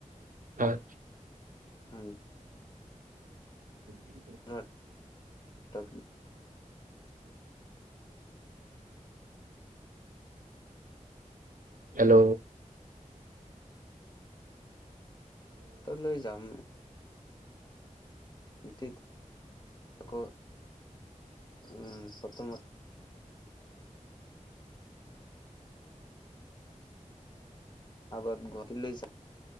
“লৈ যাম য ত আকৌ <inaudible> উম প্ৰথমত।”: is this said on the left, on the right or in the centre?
Left